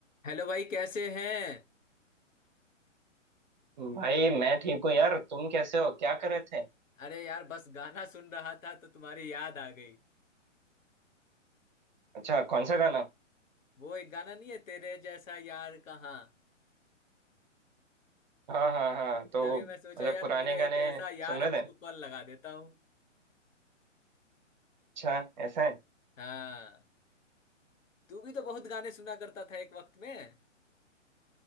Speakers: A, on the left; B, on the right.
A: Hello भाई कैसे हैं
B: भाई मैं ठीक हूँ यार तुम कैसे हो क्या कर रहे थे
A: अरे यार बस गाना सुन रहा था तो तुम्हारी याद आ गई
B: अच्छा कौन सा गाना
A: वो एक गाना नहीं है तेरे जैसा यार कहाँ
B: हाँ हाँ हाँ तो
A: तभी मैं सोचा
B: मतलब
A: यार
B: पुराने
A: मेरा
B: गाने
A: एक ऐसा यार
B: सुन
A: है
B: रहे
A: उसको
B: थे
A: कॉल लगा देता हूँ
B: अच्छा ऐसा है
A: हाँ तू भी तो बहुत गाने सुना करता था एक वक्त में